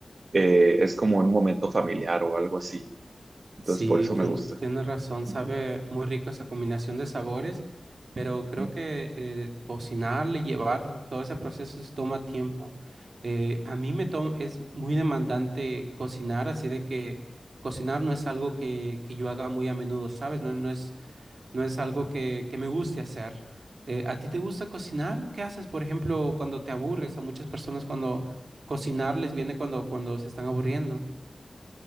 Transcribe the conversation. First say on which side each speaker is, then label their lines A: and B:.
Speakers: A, on the right; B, on the right.
A: eh, es como un momento familiar o algo así. Entonces,
B: Sí,
A: por eso
B: tien-
A: me gusta.
B: tienes razón, sabe
A: Ujú.
B: muy rico esa combinación de sabores, pero creo
A: ujú.
B: que eh, cocinarle, llevar todo ese proceso sí toma tiempo. Eh, a mí me toma, es muy demandante cocinar, así de que cocinar no es algo que, que yo haga muy a menudo, ¿sabes? No, no es, no es algo que, que me guste hacer. Eh, ¿a ti te gusta cocinar? ¿Qué haces, por ejemplo, cuando te aburres? A muchas personas cuando cocinar les viene cuando, cuando se están aburriendo.